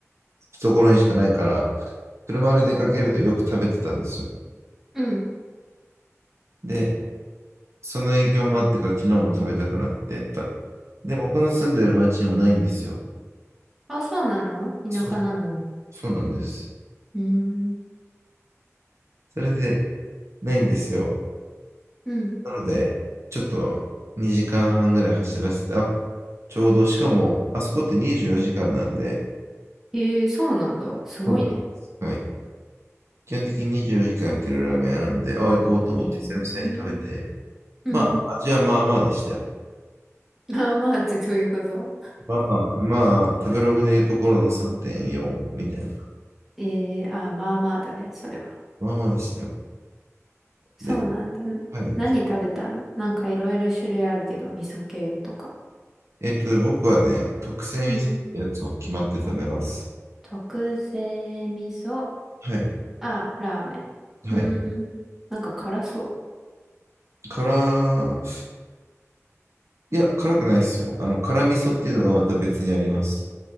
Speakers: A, on the right; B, in the centre.
A: ところにしかないから、車で出かけるとよく食べてたんですよ。
B: うん。
A: で、その影響もあってか、昨日も食べたくなってた。で、僕の住んでる町にもないんですよ。
B: あ、そうなの田舎なのに。
A: そう、そうなんです。
B: うーん、
A: それで、ないんですよ。
B: うん。
A: なので、ちょっと2時間半ぐらい走らせて、あ、ちょうど、しかも、あそこって24時間なんで、
B: ええそうなんだ。すごいね。
A: そうなんですはい。基本的に24時間やってるラーメン屋なんで、あ、行こうと思って久々に食べて、
B: ええうん。
A: まあ、味はまあまあでしたよ。
B: あ、まあってどういうこと
A: まあまあ、まあ、食べログでいうところの3.4みたいな。
B: ええあ、まあまあだね、それは。
A: まあまあでしたよ。
B: そうなんだ。
A: で、はい。
B: 何食べたのなんかいろいろ種類あるけど、味噌系とか。
A: えっとね、僕はね、特製味噌ってやつを決まって食べます。
B: うん。特製味噌。
A: はい。
B: あ、ラーメン。
A: はい。
B: うん。なんか辛そう。
A: 辛、いや、辛くないですよ。あの、辛味噌っていうのがまた別にあります。